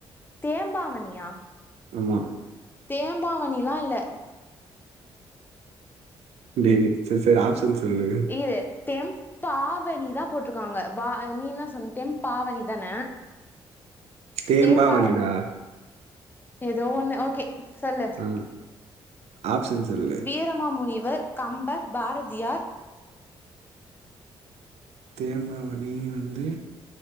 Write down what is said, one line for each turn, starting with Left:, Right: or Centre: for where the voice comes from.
Left: தேம்பாவனியா
Right: உம்
Left: தேம்பாவனில்லா இல்ல
Right: ப்ளீஸ் செரி செரி ஆப்ஷன் சொல்லு
Left: கு தெம் பாவனி தா போட்ருக்காங்க வா நீ இன்னா சொன்ன தென்பாவனி தான
Right: தேம்பாவணிடா
Left: தேம்பாவனி ஏதோ ஒண்ணு ஓகே சொல்லு
Right: உம் ஆப்ஷன் சொல்லு
Left: வீரமாமுனிவர் கம்பர் பாரதியார்
Right: தேம்பாவனி வந்து